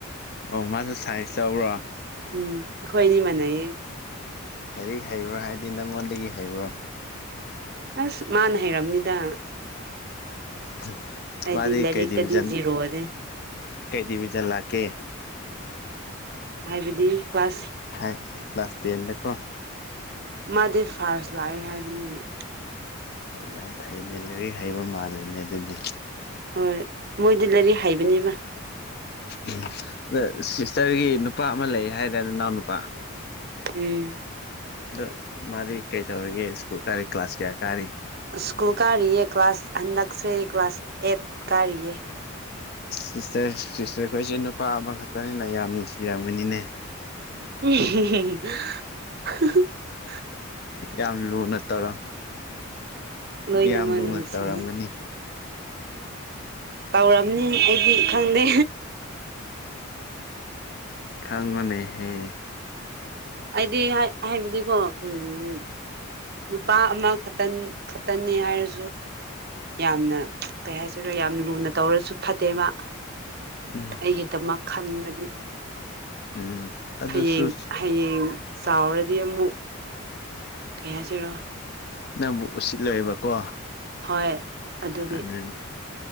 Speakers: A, on the left (about 45°); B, on the right (about 45°).
A: ꯑꯣ ꯃꯥꯅ ꯁꯥꯏꯟꯁ ꯂꯧꯕ꯭ꯔꯣ
B: ꯎꯝ ꯑꯩꯈꯣꯏꯅꯤ ꯃꯥꯟꯅꯩꯌꯦ
A: ꯀꯔꯤ ꯍꯩꯕ꯭ꯔꯣ ꯍꯥꯏꯗꯤ ꯅꯪꯉꯣꯟꯗꯒꯤ ꯍꯩꯕ꯭ꯔꯣ
B: ꯑꯁ ꯃꯥꯅ ꯍꯩꯔꯝꯅꯤꯗ
A: <unintelligible>
B: ꯑꯩꯗꯤ
A: ꯃꯥꯗꯤ
B: ꯂꯥꯏꯔꯤꯛꯇꯗꯤ
A: ꯀꯩ ꯗꯤꯚꯖꯟ
B: ꯖꯤꯔꯣꯅꯦ
A: ꯀꯩ ꯗꯤꯚꯖꯟ ꯂꯥꯛꯀꯦ
B: ꯍꯥꯏꯕꯗꯤ ꯀ꯭ꯂꯥꯁ
A: ꯍꯥꯏ ꯀ꯭ꯂꯥꯁ ꯇꯦꯟꯗꯀꯣ
B: ꯃꯥꯗꯤ ꯐꯥꯔꯁ ꯂꯥꯛꯑꯦ ꯍꯥꯏꯕꯅꯤ
A: ꯑꯣ ꯌꯥꯝ ꯐꯩꯅꯦ ꯂꯥꯏꯔꯤꯛ ꯍꯩꯕ ꯃꯥꯜꯂꯦꯅꯦ ꯑꯗꯨꯗꯤ
B: ꯍꯣꯏ ꯃꯣꯏꯗꯤ ꯂꯥꯏꯔꯤꯛ ꯍꯥꯏꯕꯅꯤꯃ
A: ꯎꯝ ꯑꯗ ꯁꯤꯁꯇꯔꯒꯤ ꯅꯨꯄꯥ ꯑꯃ ꯂꯩ ꯍꯥꯏꯗꯦ ꯅ ꯏꯅꯥꯎ ꯅꯨꯄꯥ
B: ꯎꯝ
A: ꯑꯗꯣ ꯃꯥꯗꯤ ꯀꯩ ꯇꯧꯔꯤꯒꯦ ꯁ꯭ꯀꯨꯜ ꯀꯥꯔꯤ ꯀ꯭ꯂꯥꯁ ꯀꯌꯥ ꯀꯥꯔꯤ
B: ꯁ꯭ꯀꯨꯜ ꯀꯥꯔꯤꯌꯦ ꯀ꯭ꯂꯥꯁ ꯍꯟꯗꯛꯁꯤ ꯀ꯭ꯂꯥꯁ ꯑꯦꯠ ꯀꯥꯔꯤꯌꯦ
A: ꯁꯤꯁꯇꯔ ꯁꯤꯁꯇꯔꯈꯣꯏꯁꯦ ꯅꯨꯄꯥ ꯑꯃꯈꯛꯇꯅꯤꯅ ꯌꯥꯝ ꯅꯨꯡꯁꯤꯔꯝꯒꯅꯤꯅꯦ
B: ꯎꯝꯍꯨꯝ ꯍꯥ ꯍꯥ
A: ꯌꯥꯝ ꯂꯨꯅ ꯇꯧꯔꯣ
B: ꯂꯣꯏꯅꯃꯛ
A: ꯌꯥꯝ ꯂꯨꯅ
B: ꯅꯨꯡꯁꯤ
A: ꯇꯧꯔꯝꯒꯅꯤ
B: ꯇꯧꯔꯝꯅꯤ ꯑꯩꯗꯤ ꯈꯪꯗꯦ
A: ꯈꯪꯉꯣꯅꯦꯍꯦ
B: ꯑꯩꯗꯤ ꯍꯥꯏꯕꯗꯤꯀꯣ ꯎꯝ ꯅꯨꯄꯥ ꯑꯃꯈꯛꯇ ꯈꯛꯇꯅꯤ ꯍꯥꯏꯔꯁꯨ ꯌꯥꯝꯅ ꯀꯩ ꯍꯥꯏꯁꯤꯔ ꯌꯥꯝ ꯂꯨꯅ ꯇꯧꯔꯁꯨ ꯐꯠꯇꯦꯕ
A: ꯎꯝ
B: ꯑꯩꯒꯤꯗꯃꯛ ꯈꯟꯕꯗꯤ
A: ꯎꯝ ꯑꯗꯨꯁꯨ
B: ꯍꯌꯦꯡ ꯍꯌꯦꯡ ꯆꯥꯎꯔꯗꯤ ꯑꯃꯨꯛ ꯀꯩ ꯍꯥꯏꯁꯤꯔꯣ
A: ꯅꯪꯕꯨ ꯎꯁꯤꯠꯂꯣꯏꯕꯀꯣ
B: ꯍꯣꯏ ꯑꯗꯨꯒꯤ
A: ꯑꯗꯨꯅꯤ